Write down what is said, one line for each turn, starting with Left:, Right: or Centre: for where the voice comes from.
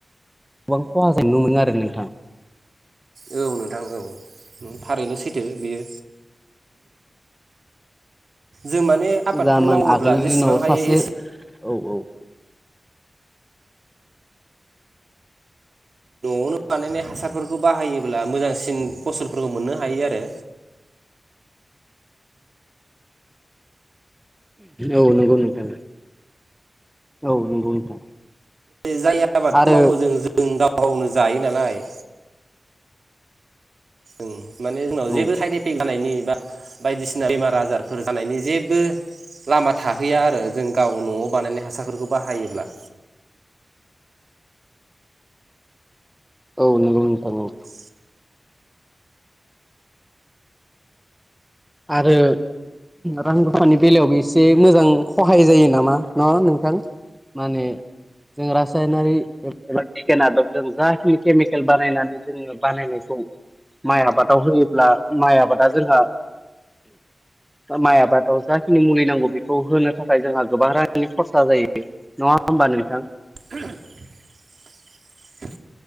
Centre: गोबां खहा जानाय नुनो मोनो आरो नोंथां।
Right: औ नोंथां औ थारैनो सैथो बेयो। जों माने आबादफोर
Centre: जामोन
Right: मावोब्ला
Centre: आगोलनि दिनाव
Right: जेसेबां
Centre: सासे
Right: हायो एसे
Centre: औ औ
Right: न'आवनो बानायनाय हासारफोरखौ बाहायोब्ला मोजांसिन फसलफोरखौ मोननो हायो आरो।
Centre: औ नंगौ नोंथा औ नंगौ नोंथां।
Right: जाय आबादखौ
Centre: आरो
Right: मावो जों जों गाव गावनो जायो नालाय। ओं माने जोंनाव
Centre: औ
Right: जेबो साइड इफेक्ट जानायनि बा बायदिसिना बेमार आजारफोर जानायनि जेबो लामा थाहैया आरो जों गाव न'आव बानायनाय हासारफोरखौ बाहायोब्ला।
Centre: औ नंगौ नोंथां औ।
Right: <inaudible>
Centre: आरो रां रुफानि बेलायावबो एसे मोजां खहाय जायो नामा। ना नोंथां माने जों रासायनारि एबा बिगियान आदजों जाखिनि केमिकेल बानायनानै जोङो बानायनायखौ माइ आबादाव होयोब्ला माइ आबादा जोंहा
Right: <inaudible>
Centre: माइ आबादाव जाखिनि मुलि नांगौ बेखौ होनो थाखाय जोंहा गोबां रांनि खरसा जायो नङा होमबा नोंथां?
Right: ओम